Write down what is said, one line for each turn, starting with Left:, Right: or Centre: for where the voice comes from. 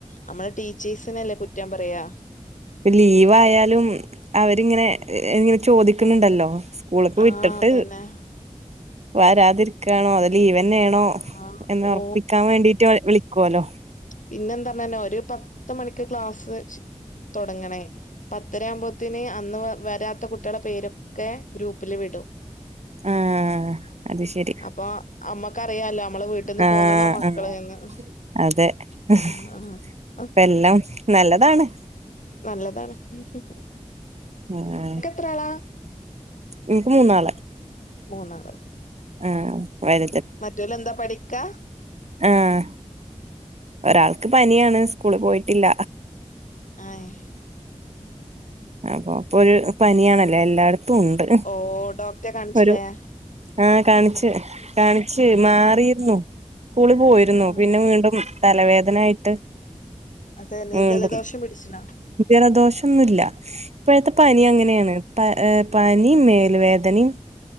Left: നമ്മള് ടീച്ചേഴ്സിനേ അല്ലേ കുറ്റം പറയാ.
Right: പലീവായാലും അവരിങ്ങനെ ഇങ്ങനെ ചോദിക്കുന്നുണ്ടല്ലോ. ഓള്ക്ക്
Left: ആഹ്
Right: വിട്ടിട്ട്
Left: അതന്നെ
Right: വരാതിരിക്കാണോ? അതോ ലീവ്ന്നെയാണോ?
Left: ആഹ്
Right: എന്ന്
Left: ഓ
Right: ഉറപ്പിക്കാൻ വേണ്ടീട്ട് വിളികൊല്ലോ.
Left: പിന്നെ എന്താന്നറഞ്ഞല് ഒരു പത്ത് മണിക്ക് ക്ലാസ് സ് തൊടങ്ങണേ. പത്തരയാവുമ്പോത്തിന് അന്ന് വരാത്ത കുട്ടിളെ പേരൊക്കെ ഗ്രൂപ്പില് വിടും.
Right: ആഹ് അത് ശരി
Left: അപ്പൊ നമ്മക്കറിയാലോ നമ്മള് വീട്ടിൽ നിന്ന്
Right: ആഹ്
Left: പോന്നണോ മക്കള്
Right: ആഹ്
Left: എന്ന്
Right: അതെ ഹും
Left: ആഹ് ആഹ്
Right: ഇപ്പല്ലാം നല്ലതാണ്.
Left: നല്ലതാണ്. ഹു ഹും
Right: അഹ ആഹാ
Left: ത്രആളാ?
Right: ഇനിക്ക് മൂന്നാള്.
Left: മൂന്നാള്
Right: ആഹാ വര
Left: മറ്റോല് എന്താ പഠിക്കാ
Right: ആഹ് ഒരാൾക്ക് പനിയാണ് സ്കൂള് പോയിട്ടില്ല.
Left: ആഹ്
Right: അപ്പൊ പ്പൊരു പനിയാണല്ലോ എല്ലായിടത്തും ഉണ്ട്
Left: ഓ ഡോക്ടറെ കാണിച്ചില്ലേ
Right: ഒരു
Left: ആഹ്
Right: ആഹ് കാണിച്ച് കാണിച്ച് മാറിയിരുന്നു സ്കൂളി പോയിരുന്നു
Left: ആഹ്
Right: പിന്നെ വീണ്ടും തലവേദന ആായിട്ട്.
Left: അതന്നെ
Right: വീണ്ടും
Left: ജലദോഷം പിടിച്ചിണോ
Right: ജലദോഷം ഒന്നുമല്ല ഇപ്പോഴത്തെ പനി അങ്ങനെയാണ് പ് പനി മേൽ വേദനിം